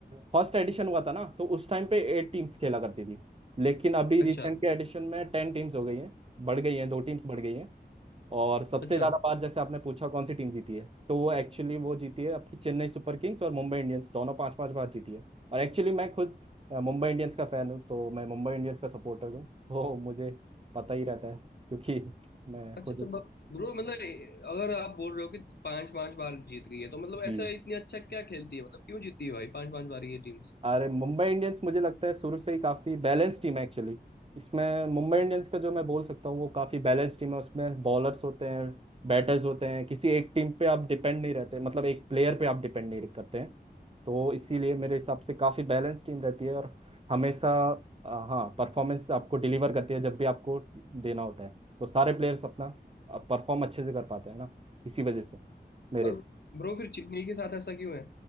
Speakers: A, on the right; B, on the left.
A: फर्स्ट एडिशन हुआ था ना तो उस टाइम पे एट टीम्स खेला करती थी लेकिन अभी
B: अच्छा
A: रिसेंट के एडिशन में टेन टीम्स हो गई हैं बढ़ गई हैं दो टीम्स बढ़ गई हैं और सबसे
B: अच्छा
A: ज्यादा बार जैसे आपने पूछा कौन सी टीम जीती है तो वो एक्चुअली वो जीती है आपकी चेन्नई सुपर किंग्स और मुंबई इंडियंस दोनों पांच पांच बार जीती है और एक्चुअली मैं खुद अ, मुंबई इंडियंस का फैन हूँ तो मैं मुंबई इंडियंस का सपोर्टर हूँ तो मुझे पता ही रहता है क्योंकि <laughs> मैं
B: अच्छा
A: खुद
B: तो ब्रो मतलब अगर आप बोल रहे हो कि पांच पांच बार जीत गई है तो मतलब ऐसा
A: जी
B: इतनी अच्छा क्या खेलती है मतलब क्यों जीतती है भाई पांच पांच बार ये टीम्स
A: अरे मुंबई इंडियंस मुझे लगता है शुरू से ही काफी बैलेंस टीम है एक्चुअली इसमें मुंबई इंडियंस का जो मैं बोल सकता हूँ वो काफी बैलेंस टीम है उसमें बॉलर्स होते हैं बैटर्स होते हैं किसी एक टीम पे आप डिपेंड नहीं रहते मतलब एक प्लेयर पे आप डिपेंड नहीं करते हैं तो इसीलिए मेरे हिसाब से काफी बैलेंस टीम रहती है और हमेशा अ, हाँ परफॉर्मेंस आपको डिलीवर करती है जब भी आपको देना होता है तो सारे प्लेयर्स अपना परफॉर्म अच्छे से कर पाते हैं ना इसी वजह से मेरे
B: और ब्रो फिर चेन्नई के साथ ऐसा क्यों है